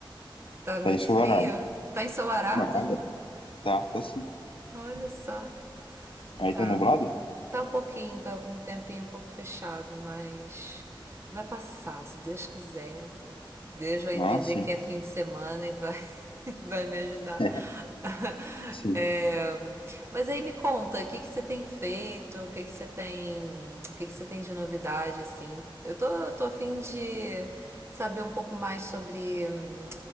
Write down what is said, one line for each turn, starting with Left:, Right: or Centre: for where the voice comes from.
Right: Tá
Left: Tá
Right: muito
Left: ensolarado.
Right: frio? Tá ensolarado?
Left: Nada. Tá, tá sim.
Right: Olha só.
Left: Aí
Right: Tá.
Left: tá nublado?
Right: Tá um pouquinho, tá com um tempinho um pouco fechado, mas vai passar, se Deus quiser. Deus vai
Left: Ah,
Right: entender
Left: sim.
Right: que é fim de semana e vai, <laughs> vai me ajudar.
Left: <laughs>
Right: <laughs>
Left: Sim.
Right: É, mas aí me conta, o que que você tem feito? O que que você tem, o que que você tem de novidade assim? Eu tô, eu tô a fim de saber um pouco mais sobre hum,